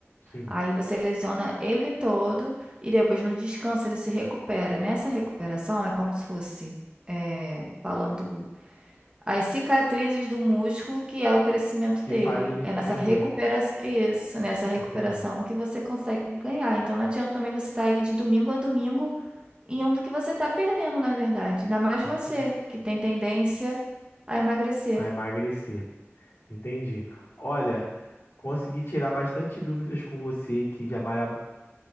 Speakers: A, on the left (about 60°); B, on the right (about 20°).
A: Sim.
B: Aí você lesiona ele todo e depois no descanso ele se recupera. Nessa recuperação é como se fosse, é, falando. As cicatrizes do músculo, que é o crescimento
A: Que
B: dele.
A: faz ele,
B: É nessa
A: entendi,
B: recuperação, isso, nessa recuperação
A: entendi,
B: que você consegue ganhar. Então não adianta também você estar aí de domingo a domingo indo que você está perdendo, na verdade. Ainda mais
A: entendi.
B: você, que tem tendência a emagrecer.
A: A emagrecer. Entendi. Olha, consegui tirar bastante dúvidas com você, que já malha